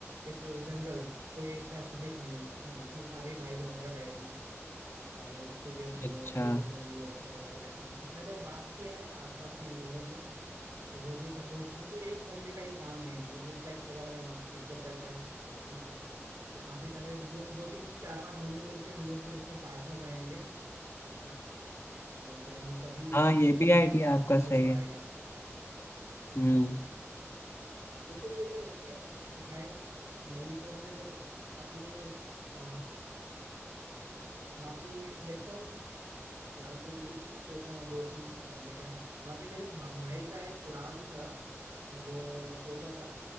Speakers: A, on the right; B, on the left.
A: एक जनरल कोई इसका एस्थेटिक नहीं है ना जिसमें सारी बाइक वगैरह रहेगी चाहे टीवीएस हो
B: अच्छा
A: हीरो हीरो ऐसा वगैरह करके तो मैंने बात किया है आसपास में इन लोगों से तो वो भी सपोर्ट क्योंकि एक बंदे का ये काम है नहीं क्योंकि टैक्स वगैरह का मस्त दिक्कत रहता है ना तो काफी सारे दो दो तीन चार पांच बंदे मिलके हम लोग फिर इसमें पार्टनर रहेंगे ना तो then तभी
B: हाँ ये भी
A: ये हो,
B: आइडिया आपका सही
A: हो पाएगा
B: है हम्म
A: देखो ये लोग एक- हैं नहीं तो फिर अपनी आ, बाकी देखता हूँ यार तो ये सो- सोचा हूँ दो चीज करने का बाकी मेरे भा, भाई का एक प्लान था वो सोचा था